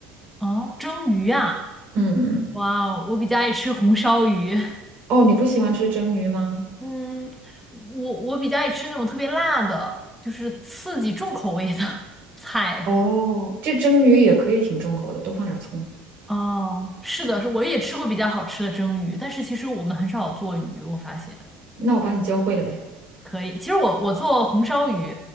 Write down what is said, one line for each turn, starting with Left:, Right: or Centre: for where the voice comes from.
Centre: 哦，蒸鱼啊，
Right: 嗯，
Centre: 哇哦，我比较爱吃红烧鱼。<laughs>
Right: 哦，你不喜欢吃蒸鱼吗？
Centre: 嗯，我我比较爱吃那种特别辣的，就是刺激重口味的 <laughs> 菜。
Right: 哦，这蒸鱼也可以挺重口的，多放点葱。
Centre: 哦，是的，是我也吃过比较好吃的蒸鱼，但是其实我们很少做鱼，我发现。
Right: 那我把你教会了呗。
Centre: 可以，其实我我做红烧鱼，